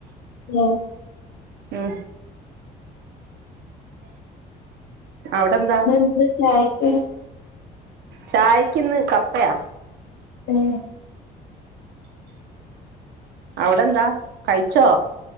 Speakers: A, on the left; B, on the right.
A: ഹലോ
B: ഉം അവിടെന്താ
A: ഇന്നെന്താ ചായക്ക്
B: ചായക്ക് ഇന്ന് കപ്പയാ
A: <unintelligible>
B: അവിടെന്താ കഴിച്ചോ